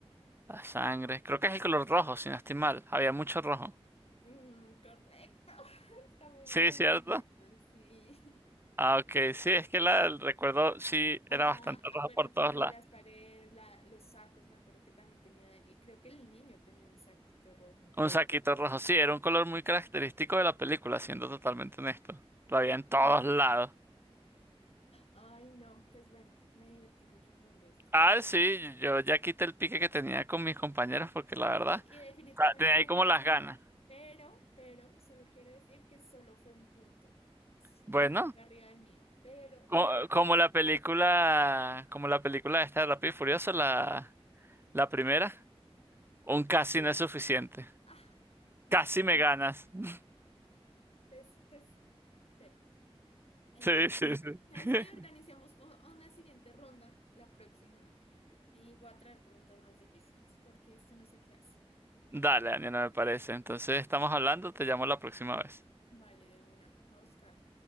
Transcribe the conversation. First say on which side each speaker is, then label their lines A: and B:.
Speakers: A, on the right; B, on the left.
A: la sangre. Creo que es el color rojo, si no estoy mal. Había mucho rojo.
B: Mm, correcto, <laughs> está muy
A: Sí,
B: bien.
A: ¿cierto?
B: Perfecto, sí.
A: Ah, ok, sí, es que la, el recuerdo sí
B: <laughs> Ajá,
A: era bastante
B: acuérdate
A: rojo por todos
B: como
A: lados.
B: las paredes, la, los sacos, me acuerdo que también tenía, el- creo que el niño tenía un saquito rojo.
A: Un saquito rojo, sí, era un color muy característico de la película, siendo totalmente honesto. Lo
B: Sí.
A: había en todos lados.
B: Ay, no, pues bueno, me divertí mucho jugando esto.
A: Ah, sí, yo ya quité el pique que tenía con mis compañeros porque la verdad,
B: Y, y definitivamente
A: o sea, tenía
B: me
A: ahí como
B: ganaste.
A: las ganas.
B: Pero, pero, solo quiero decir que solo fue un punto.
A: Bueno,
B: Un punto arriba del mío. Pero,
A: co- como, la película, como la película esta de Rápido y Furioso, la, la primera, un
B: sí.
A: casi no es suficiente.
B: Ah, qué
A: Casi
B: mal.
A: me ganas. <laughs>
B: Pues, pues, pero. eh,
A: Sí, sí, sí.
B: ¿Sabes
A: <laughs>
B: qué? Organicemos u- una siguiente ronda, la próxima, y voy a traer preguntas más difíciles, porque esto no se queda así.
A: Dale, Ania, no me parece. Entonces estamos hablando, te llamo la próxima vez.
B: Vale, de una, va a buscar.